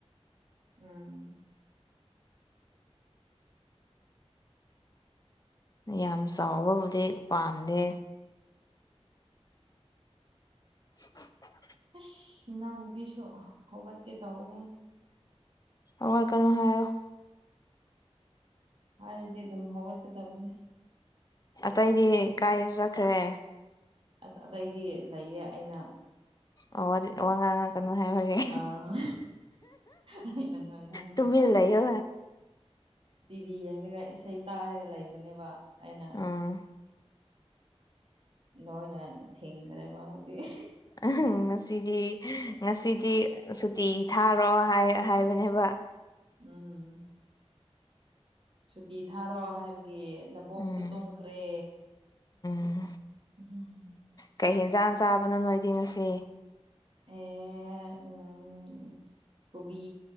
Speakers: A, on the right; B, on the left.
A: ꯎꯝ
B: ꯌꯥꯝ ꯆꯥꯎꯕꯕꯨꯗꯤ ꯄꯥꯝꯗꯦ <inaudible>
A: <unintelligible> ꯅꯅꯥꯎ ꯅꯨꯄꯤꯁꯨ ꯍꯧꯒꯠꯀꯦ ꯇꯧꯋꯦ
B: ꯍꯧꯒꯠꯀꯅꯣ ꯍꯥꯏꯑꯣ
A: ꯍꯥꯏꯔꯗꯤ ꯑꯗꯨꯝ ꯍꯧꯒꯠꯀꯗꯕꯅꯦ
B: ꯑꯇꯩꯗꯤ ꯀꯥꯏ ꯆꯠꯈ꯭ꯔꯦ
A: ꯑꯁ ꯑꯇꯩꯗꯤ ꯂꯩꯌꯦ ꯑꯩꯅ
B: ꯑꯣ ꯋꯥ ꯉꯥꯡ ꯀꯩꯅꯣ ꯍꯥꯏꯕꯒꯦ
A: ꯑꯥ ꯑꯩꯅ ꯉꯥꯡꯍꯟꯗꯕ
B: ꯇꯨꯃꯤꯜ ꯂꯩ ꯌꯣ
A: ꯕꯤ ꯌꯦꯡꯒ ꯏꯁꯩ ꯇꯥꯔꯒ ꯂꯩꯕꯅꯦꯕ ꯑꯩꯅ
B: ꯎꯝ
A: ꯅꯣꯏꯅ ꯊꯦꯡꯈ꯭ꯔꯦꯕ ꯍꯧꯖꯤꯛ
B: ꯎ ꯉꯁꯤꯗꯤ ꯉꯁꯤꯗꯤ ꯁꯨꯇꯤ ꯊꯥꯔꯣ ꯍꯥꯏꯕꯅꯦꯕ
A: ꯎꯝ ꯁꯨꯇꯤ ꯊꯥꯔꯣ ꯍꯥꯏꯕꯒꯤ ꯅꯕꯣꯛꯁꯨ
B: ꯎꯝ
A: ꯇꯨꯝꯈ꯭ꯔꯦ
B: ꯎꯝ
A: ꯎꯝ
B: ꯀꯩ ꯌꯦꯟꯖꯥꯡ ꯆꯥꯕꯅꯣ ꯅꯣꯏꯗꯤ ꯉꯁꯤ
A: ꯑꯦ ꯎꯝ ꯎꯝ ꯀꯣꯕꯤ